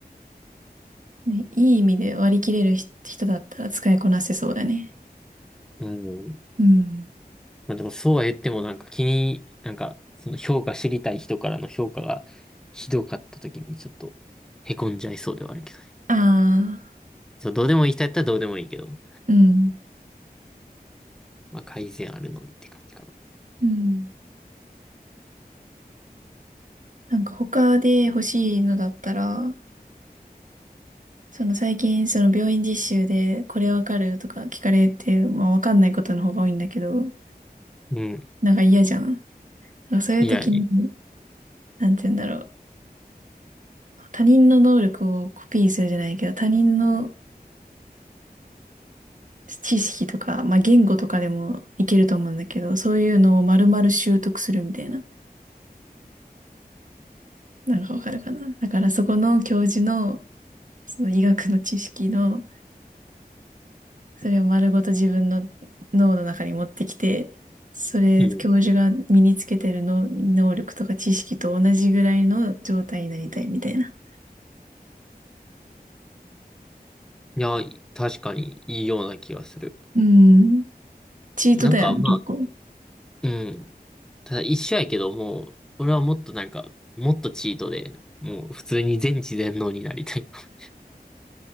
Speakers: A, on the right (about 55°); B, in the centre.
A: ね、いい意味で割り切れるひ人だったら使いこなせそうだね。
B: うん。
A: うん。
B: まあでもそうは言ってもなんか気に、なんかその評価知りたい人からの評価がひどかった時にちょっとへこんじゃいそうではあるけどね。
A: ああ、
B: そう、どうでもいい人やったらどうでもいいけど。
A: うん、
B: まあ、改善あるのみって感じかな。
A: うん。なんか他で欲しいのだったら、その最近、その病院実習でこれわかるとか聞かれて、まあわかんないことの方が多いんだけど、
B: うん。
A: なんか嫌じゃん。なんかそういう時に、
B: いやね。
A: なんて言うんだろう。他人の能力をコピーするじゃないけど、他人の知識とか、まあ言語とかでもいけると思うんだけど、そういうのを丸々習得するみたいな。なんかわかるかな。だからそこの教授の、その医学の知識の、それを丸ごと自分の脳の中に持ってきて、それ、
B: うん。
A: 教授が身につけてるの能力とか知識と同じぐらいの状態になりたいみたいな。
B: いや、確かにいいような気がする。
A: うん。チートだよね、
B: なんか、まあ、
A: 結構。
B: うん。ただ一緒やけど、もう、俺はもっとなんか、もっとチートで、もう普通に全知全能になりたい。<laughs>